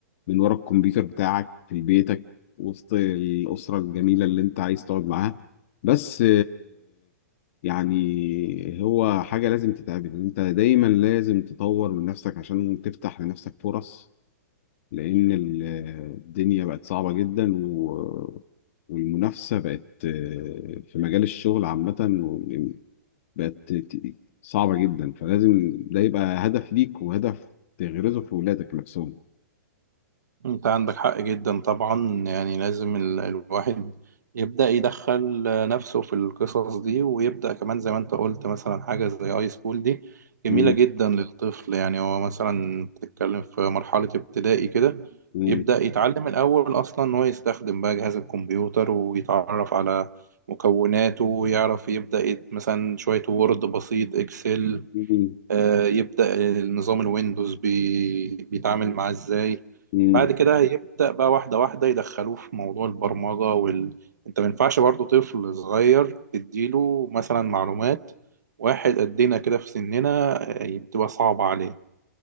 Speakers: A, on the left; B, on the right.
A: من ورا الكمبيوتر بتاعك في بيتك وسط الاسره الجميله اللي انت عايز تقعد معاها بس يعني هو حاجة لازم تتعمل انت دايما لازم تطور من نفسك عشان تفتح لنفسك فرص لان ال- الدنيا بقت صعبة جدا و... والمنافسة بقت آه، في مجال الشغل عامة وال- بقت ت- صعبة جدا فلازم ده يبقى هدف ليك وهدف تغرزه في ولادك نفسهم
B: انت عندك حق جدا طبعا يعني لازم ال- الواحد يبدأ يدخل نفسه في القصص دي ويبدأ كمان زي ما انت قلت مثلا حاجة زي اي سكول دي جميلة
A: مم.
B: جدا للطفل يعني هو مثلا بتتكلم في مرحلة ابتدائي كده
A: مم.
B: يبدأ يتعلم الأول أصلا إن هو يستخدم بقى جهاز الكمبيوتر ويتعرف على مكوناته ويعرف يبدأ يت- مثلا شوية وورد بسيط إكسل
A: مم.
B: آه، يبدأ النظام الويندوز بي... بيتعامل معاه ازاي
A: مم.
B: بعد كده هيبدأ بقى واحدة واحدة يدخلوه في موضوع البرمجة وال... انت ما ينفعش برضه طفل صغير تديله مثلا معلومات واحد قدنا كده في سننا آه، بتبقى صعبة عليه